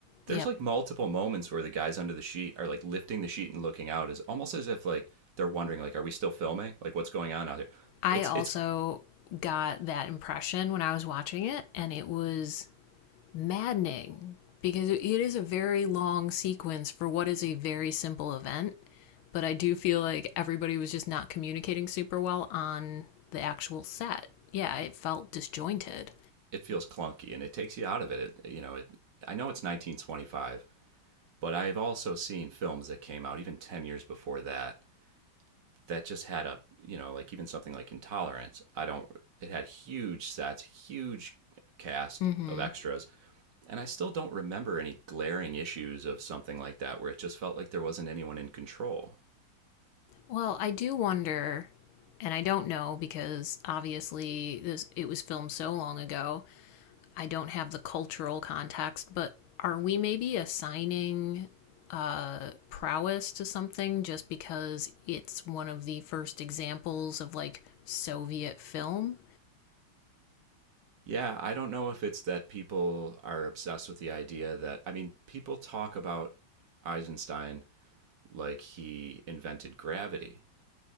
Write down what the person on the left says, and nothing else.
Yep.
I
also
got that impression when I was watching it, and it was maddening because it is a very long sequence for what is a very simple event. But I do feel like everybody was just not communicating super well on the actual set. Yeah, it felt disjointed.
Mm-hmm.
Well, I do wonder, and I don't know because obviously this it was filmed so long ago, I don't have the cultural context, but are we maybe assigning uh, prowess to something just because it's one of the first examples of like Soviet film?